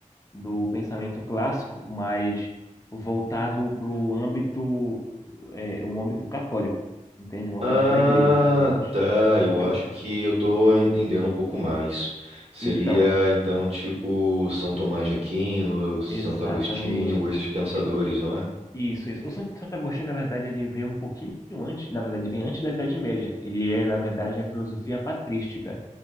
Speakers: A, on the left; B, on the right.
A: do pensamento clássico, mas voltado para o âmbito, é, o âmbito católico, entende? O âmbito
B: Ah,
A: da igreja apenas,
B: tá. Eu
A: entendeu?
B: acho que eu tô entendendo um pouco mais. Seria
A: Então,
B: então tipo São Tomás de Aquino, Santo
A: exatamente.
B: Agostinho, esses pensadores,
A: E-
B: não é?
A: Isso, isso. O San- Santo Agostinho, na verdade, ele veio um pouquinho antes, na verdade, vem antes da Idade Média. Ele é, na verdade, a filosofia patrística